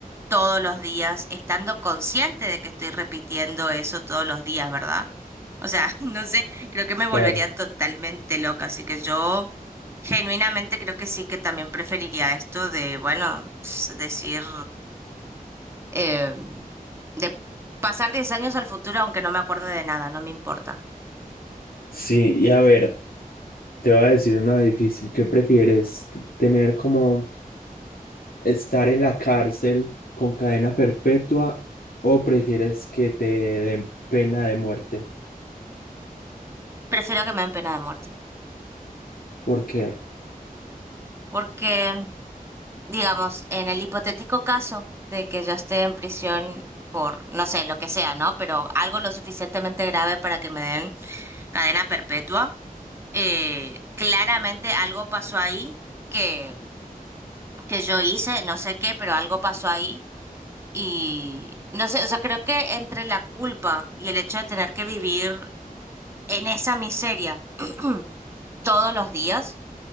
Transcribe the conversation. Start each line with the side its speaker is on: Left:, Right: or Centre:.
Right: todos los días, estando consciente de que estoy repitiendo eso todos los días, ¿verdad? O sea, <laughs> no sé, creo que me volvería
Left: Claro.
Right: totalmente loca, así que yo genuinamente creo que sí que también preferiría esto de, bueno, s- decir, eh, de pasar 10 años al futuro aunque no me acuerde de nada, no me importa.
Left: Sí, y a ver, Te voy a decir una difícil. ¿Qué prefieres? T- ¿Tener como estar en la cárcel con cadena perpetua o prefieres que te den pena de muerte?
Right: Prefiero que me den pena de muerte.
Left: ¿Por qué?
Right: Porque digamos, en el hipotético caso de que yo esté en prisión por, no sé, lo que sea, ¿no? Pero algo lo suficientemente grave para que me den cadena perpetua, eh, claramente algo pasó ahí que, que yo hice, no sé qué, pero algo pasó ahí. Y no sé, o sea, creo que entre la culpa y el hecho de tener que vivir en esa miseria <clears throat> todos los días,